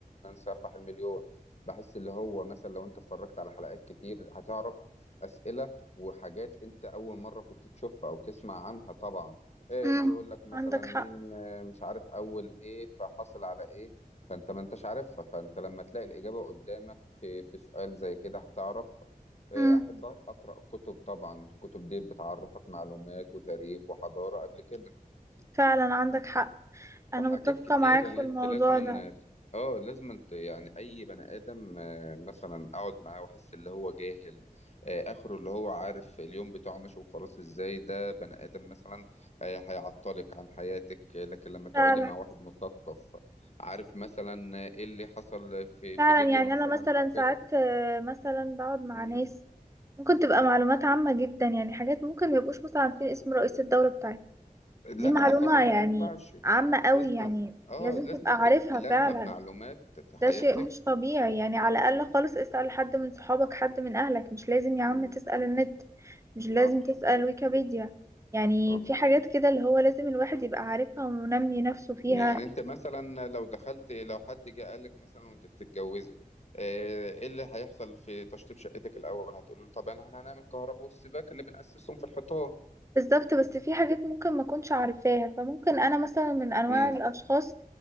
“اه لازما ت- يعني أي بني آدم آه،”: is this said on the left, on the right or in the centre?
Left